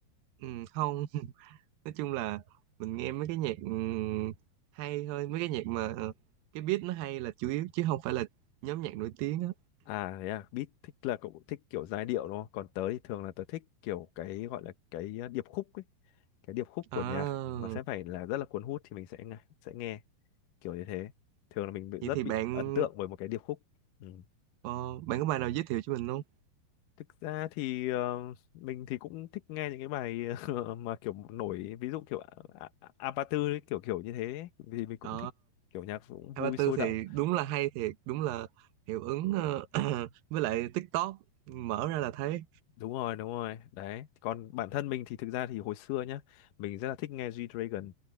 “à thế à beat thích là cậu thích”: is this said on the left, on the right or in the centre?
Left